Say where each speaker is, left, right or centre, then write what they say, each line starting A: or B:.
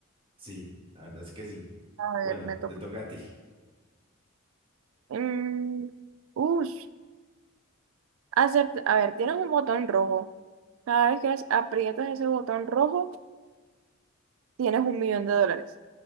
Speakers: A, on the right; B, on the right.
A: Sí, la verdad es que sí.
B: A ver,
A: Bueno,
B: me toca.
A: te toca a ti.
B: Mm, ush, acept- a ver, tienes un botón rojo. Cada vez que as- aprietas ese botón rojo, tienes un millón de dólares.